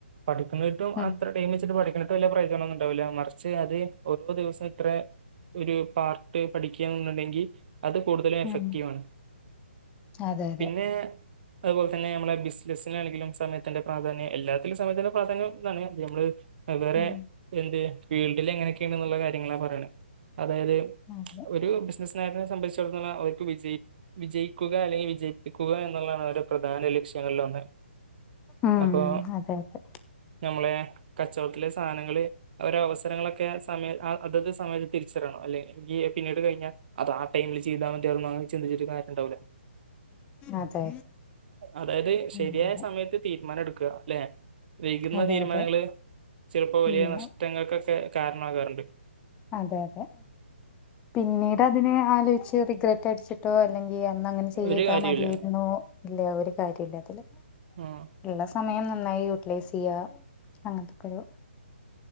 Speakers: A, on the right (about 45°); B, on the left (about 15°).
A: പഠിക്കുന്നിട്ടും
B: ഉം
A: അത്രടൈം വെചിട്ട് പഠിക്ക എന്നിട്ട് വല്യ പ്രയോജനമൊന്നും ഉണ്ടാവില്ല മറിച്ച് അത് ഓരോ ദിവസം ഇത്ര ഒരു പാർ പഠിക്യാ എന്നുണ്ടെങ്കി അത് കൂടുതലും എഫക്റ്റീവ്
B: ഉം
A: ആണ്
B: അതെ അതെ
A: പിന്നേ അതുപോലതന്നെ നമ്മളെ ബസിനാണെങ്കിലും സമയത്തിന്റെ പ്രാധാന്യം എല്ലാത്തിലും സമയത്തിന്റെ പ്രാധാന്യം എന്നാ നമ്മൾ വെവ്വേറെ
B: ഉം
A: എന്ത് ഫീൽഡി ലെങ്ങനെയൊകെയുണ്ടെന്നുള്ള കാര്യങ്ങളാ പറയണേ അതായത്
B: അതെ
A: ഒരൂ ബിസിനസ്കാര്നെ സംബന്ധിച്ചിടത്തോളം അവർക്ക് വിജയി വിജയിക്കുക അല്ലെങ്കിൽ വിജയിപ്പിക്കുക എന്നുള്ളതാണ് ഒരു പ്രധാന ലക്ഷ്യങ്ങളിൽ ഒന്ന്
B: ഉം
A: അപ്പൊ
B: അതെ അതെ
A: നമ്മളെ കച്ചവടത്തിലെ സാനങ്ങള് അവര അവസരങ്ങളൊക്കെ സമയ അഅതത് സമയത്ത് തിരിച്ചറിയണം അല്ലെ ഈപിന്നീട് കഴിഞ്ഞാൽ അത് ആ ടൈമില് ചെയ്താമതി അതൊന്നും അങ്ങനെ ചിന്തിച്ചിട്ട് കാര്യം ഉണ്ടാവുല
B: അതെ
A: അതായത്
B: അതെ
A: ശരിയായ സമയത്ത് തീരുമാനം എടുക്കുക ല്ലെ വൈകുന്ന
B: അതെ
A: തീരുമാനങ്ങള്ചിലപ്പോ
B: അതെ
A: വലിയ
B: ഉം
A: നഷ്ടങ്ങൾക്കൊക്കെ കാരണാകാറുണ്ട്
B: അതെ അതെ പിന്നീട് അതിനെ ആലോചിച്ച് റിഗ്രെറ്റ് അടിച്ചിട്ടോ അല്ലെങ്കിൽ യ്യേ അന്ന് അങ്ങനെ ചെയ്താ
A: ഒരു കാര്യവുമില്ല
B: മതിയാരുന്നു അല്ലേ ഒരു കാര്യമില്ല അതില്
A: ആഹ്
B: ഉള്ള സമയം നന്നായി യൂട്ടിലൈസയ്യാ അങ്ങനത്തെക്കൊരു